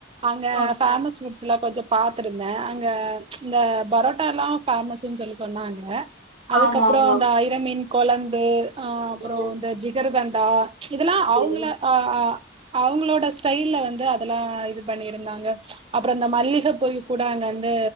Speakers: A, on the right (about 30°); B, on the right (about 65°).
A: அங்க
B: ஓகே
A: ஃபேமஸ் ஃபுட்ஸ்லா கொஞ்ச பாத்துருந்த அங்க இந்த பரோட்டால்லா ஃபேமஸ்ன்னு சொல்லி சொன்னாங்க அதுக்கப்புறம்
B: ஆமா ஆமா
A: அந்த ஐரமீன் கொழம்பு அ அப்புறம்
B: ம்
A: இந்த ஜிகர் தண்டா இதெல்லாம்
B: சரி
A: அவங்கள அ அவங்களோட ஸ்டைல்ல வந்து அதெல்லாம் இது பண்ணியிருந்தாங்க அப்புறம் இந்த மல்லிகை போய் கூட அங்க வந்து